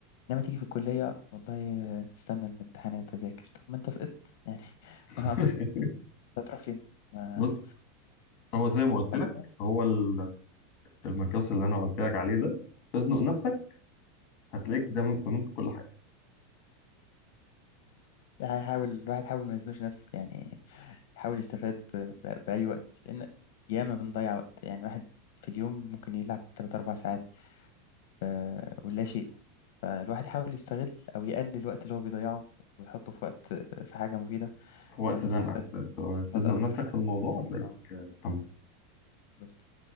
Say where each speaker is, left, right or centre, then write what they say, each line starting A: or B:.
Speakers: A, on the left (about 60°); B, on the left (about 35°).
A: انما تيجي في الكليه والله آه، استنى الامتحانات اذاكر طب ما انت سقطت يعني <laughs>
B: <laughs>
A: ما هتسقط هتروح فين ما
B: بص هو زي ما قلت لك
A: الموضوع
B: هو ال- المقياس اللي انا قلت لك عليه ده تزنق نفسك هتلاقيك تمام تمام في كل حاجة
A: هيحاول الواحد يحاول ما يزنوش نفسه يعني يحاول يستفاد ب... ب... باي وقت لان ياما بنضيع وقت يعني الواحد في اليوم ممكن يلعب 3 4 ساعات آه، ولا شيء فالواحد يحاول يستغل او يقلل الوقت اللي هو بيضيعه ويحطه في وقت في حاجه مفيده
B: في وقت
A: عشان يستفاد
B: زنقة ت- ت-
A: يستفاد
B: تزنق
A: اكتر
B: نفسك في الموضوع
A: يعني
B: هتلاقيك
A: اه
B: تمام
A: بالظبط